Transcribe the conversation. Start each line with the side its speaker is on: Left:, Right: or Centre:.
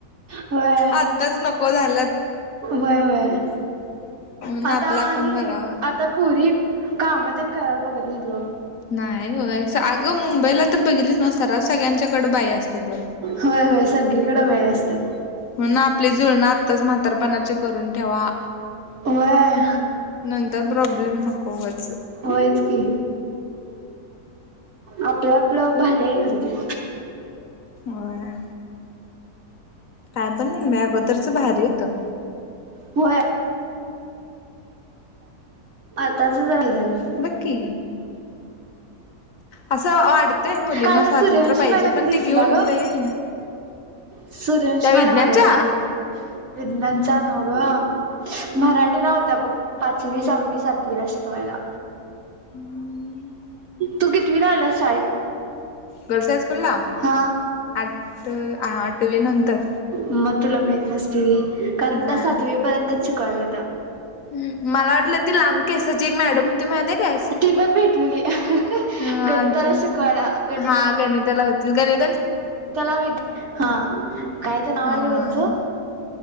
Right: होय
Left: आत्ताच नको झाल्यात.
Right: होय होय.
Left: म्हणून
Right: आता
Left: आपला आपण
Right: आणि
Left: बघावा.
Right: आता पुरी कामं तेन करायला बघत नाहीत ग.
Left: नाही हो. अगं मुंबईला तर बघलीच ना सऱ्हास सगळ्यांच्याकडे बाई असतात बघ.
Right: होय होय सगळीकडे वेळ असतात
Left: म्हणून आपली जुळणा आत्ताच म्हातारपनाची करून ठेवा.
Right: होय
Left: नंतर प्रॉब्लेम नको उगच.
Right: होयच की, आपलं आपलं भारी आहे खरं ते.
Left: होय. काय पण म्हण बाई अगोदरचं भारी होतं.
Right: होय आताच <unintelligible> झाली.
Left: बघ की, असं वाट ते मुलींना
Right: काल
Left: स्वातंत्र्य
Right: सूर्यवंशी
Left: पाहिजे,
Right: मॅडम
Left: पण
Right: दिसल्या
Left: ती घेऊन
Right: ग
Left: लई
Right: सूर्यवंशी
Left: त्या विज्ञानच्या
Right: मॅडम आलेल्या, विज्ञानच्या नव्ह ग. मराठीला होत्या बघ पाचवी, सहावी, सातवी ला शिकवायला.
Left: <unintelligible>
Right: तू कितवीला आल्यास शाळेत?
Left: गर्ल्स हायस्कूलला?
Right: हा
Left: आठ हा आठवी नंतर.
Right: मग तुला माहित नसतील, कारण
Left: नाय
Right: त्या सातवी पर्यंतच शिकवायला होत्या.
Left: ह मला वाटलं ती लांब केसाची एक मॅडम होती माहितीय काय
Right: ती पण भेटलेली,
Left: हा
Right: गणिताला
Left: ते
Right: शिकवायला गणित
Left: हा गणिताला होती, गणि
Right: ताला, हा कायतर नाव
Left: हा
Right: आहे ग त्यांचं.